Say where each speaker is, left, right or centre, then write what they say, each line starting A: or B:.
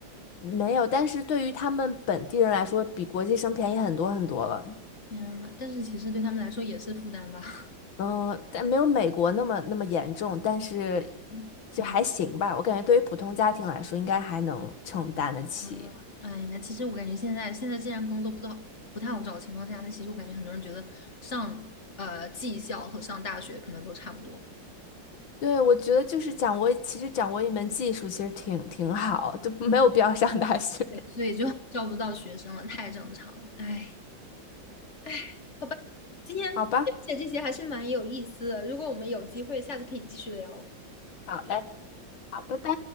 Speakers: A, on the left; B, on the left.
A: 没有，但是对于他们本地人来说，比国际生便宜很多很多了。
B: 天呐，但是其实对他们来说也是负担吧。
A: 嗯，但没有美国那么那么严重，但是
B: <laughs> 天
A: 就还行吧。我感觉对于普通家庭来说，应该还能承担得起。
B: 呐，哎，那其实我感觉现在现在既然工作不到不太好找的情况下，那其实我感觉很多人觉得上呃技校和上大学可能都差不多，
A: 对，我觉得就是掌握，其实掌握一门技术其实挺挺好，就没有必要上大学。
B: 对，所以就 <laughs> 招不到学生了，太正常了。哎，哎今天了解这些还是蛮有意思的，
A: <laughs> 好吧，
B: 如果我们有机会，下次可以继续聊。
A: 好嘞，好，拜拜。